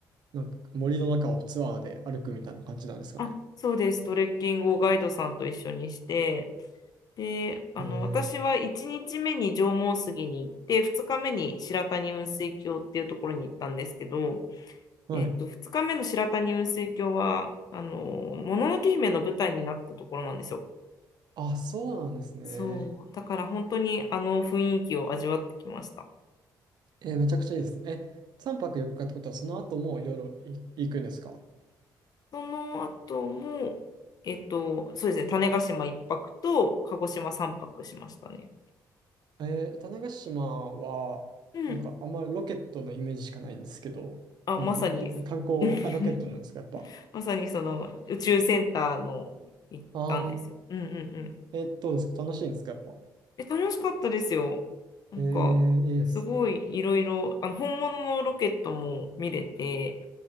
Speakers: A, on the right (about 65°); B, on the left (about 55°).
A: なんか森の中をツアーで歩くみたいな感じなんですかね。
B: あ、そうです。トレッキングをガイドさんと一緒にして、で、あの、
A: え
B: 私は1日目に縄文杉に行って、2日目に白谷雲水峡っていうところに行ったんですけど、
A: ー、
B: えっと、
A: はい。
B: 2日目の白谷雲水峡は、あの、もののけ姫の舞台になったところなんですよ。
A: あ、そうなんですね。
B: そう、だから本当にあの雰囲気を味わってきました。
A: えーめちゃくちゃいいですね。え、3泊4日っかってことは、その後もいろいろい行くんですか
B: その後も、えっと、そうですね、種子島一泊と鹿児島三泊しましたね。
A: えー種子島は、
B: うん。
A: なんかあんまりロケットのイメージしかないんですけど、
B: あ、
A: なんかど観光、
B: まさに、<laughs>
A: あ、ロケットなんですか、やっぱ。
B: まさにその宇宙センターの行ったんですよ。
A: ああ、
B: うんうんうん。
A: えーどうですか楽しいんですか、やっぱ。
B: え、楽しかったですよ。なんか、
A: えー、いいですね。
B: すごいいろいろ、あの、本物のロケットも見れて、